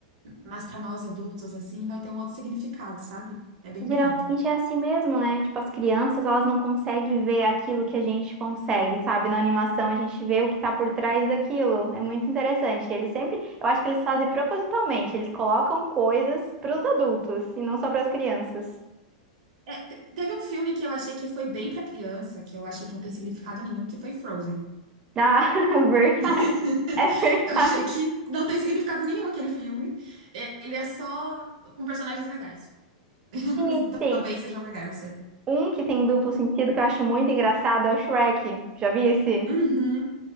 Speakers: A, on the right; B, on the right.
A: Mas pra nós adultos, assim, vai ter um outro significado, sabe? É bem
B: Geralmente
A: bonito.
B: é assim mesmo, né? Tipo, as crianças, elas não conseguem ver aquilo que a gente consegue, sabe? Na animação, a gente vê o que tá por trás daquilo. É muito interessante. Eles sempre, eu acho que eles fazem propositalmente, eles colocam coisas pros adultos e não só pras crianças.
A: É, te- teve um filme que eu achei que foi bem pra criança, que eu achei que não tem significado nenhum, que foi Frozen.
B: Ah, <laughs> verdade.
A: <laughs>
B: É verdade.
A: Eu achei que não tem significado nenhum aquele filme. É, Ele é só com personagens legais. <laughs>
B: Sim, sim.
A: Talvez sejam legais, não sei.
B: Um que tem duplo sentido que eu acho muito engraçado é o Shrek. Já vi esse
A: Uhum.